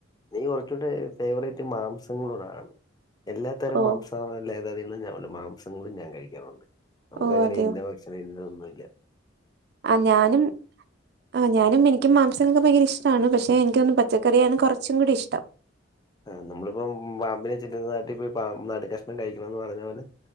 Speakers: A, on the left (about 20°); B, on the right (about 55°).
A: എനിക്ക് കുറച്ചുകൂടെ ഫേവറേറ്റ് മാംസങ്ങളടാണ്- എല്ലാത്തരം
B: ഓ
A: മാംസ ലേതാതികും മാംസങ്ങളും ഞാൻ കഴിക്കാറുണ്ട്. നമുക്ക്
B: ഓ
A: അങ്ങനെ
B: അതെയോ
A: ഇന്ന ഭക്ഷണം ഇന്ന ഒന്നുമല്ല.
B: ആ ഞാനും- ആഹ ഞാനും എനിക്കും മംസങ്ങളൊക്കെ ഭയങ്കര ഇഷ്ടമാണ് പക്ഷെ എനിക്ക് തോന്നുന്നു പച്ചക്കറിയാണ് കുറച്ചും കൂടി ഇഷ്ടം-
A: ആഹ് നമ്മളിപ്പം പാമ്പിനെ ചിന്നുനാട്ടിപ്പോ നടു കഷ്ണം കഴിക്കണന്ന് പറഞ്ഞ പോലെ-